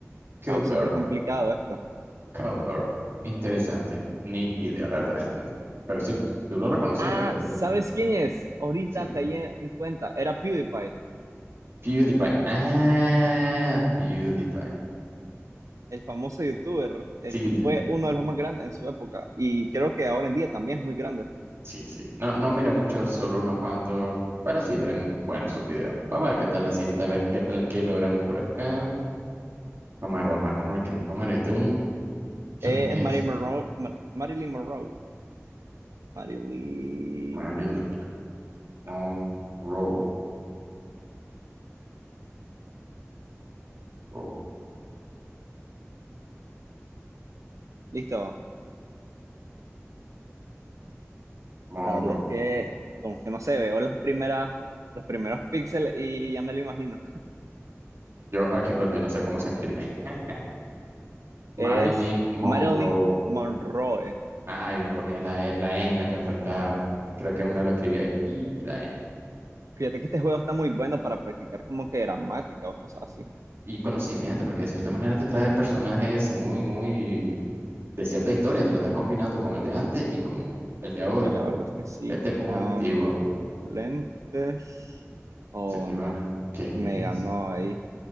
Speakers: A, on the right; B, on the right.
A: está
B: Gilbert.
A: súper complicado esto.
B: Cowbird. Interesante. Ni idea, la verdad. <laughs> Pero sí, tú lo reconociste
A: Ah,
B: hasta ese
A: ¿sabes
B: momento.
A: quién es? Ahorita
B: Sí.
A: caí en en cuenta, era PewDiePie.
B: PewDiePie. Ah, PewDiePie.
A: el famoso youtuber, el
B: Sí,
A: que
B: te-
A: fue uno de los más grandes en su época y creo que ahora en día también es muy grande.
B: sí, sí. No, no mira muchos, solo unos cuantos. Pero sí, eran buenos sus videos. Vamos a ver qué tal la siguiente, a ver qué tal que logramos por acá. Vamos a ver, vamos a ver, vamos a ver quién. Vamos a ver, este es un- ¿quién
A: Eh,
B: es?
A: es Marilyn Monroe, Mar- Marilyn Monroe. Marilyn.
B: Marilyn Monroe. Monroe.
A: Listo.
B: Monroe.
A: La verdad es que como que no sé, veo las primeras, los primeros píxeles y ya me lo imagino.
B: Yo aquí perdí, no sé cómo se escribe. <laughs> Marilyn
A: Es
B: Monroe.
A: Marilyn Monroe.
B: Ah, yo ponía la, E- la N, la que me faltaba. Creo que una lo escribí ahí. Y la N.
A: Fíjate que este juego está muy bueno para practicar como que gramática o cosas así.
B: Y conocimiento, porque de cierta manera te trae personajes muy, muy de cierta historia. Te lo estás combinando con el de antes y con el de ahora.
A: Sí, la verdad es que sí.
B: Este es un
A: Am,
B: antiguo.
A: lentes. Oh,
B: Señora,
A: no.
B: ¿quién
A: Me
B: es?
A: ganó ahí.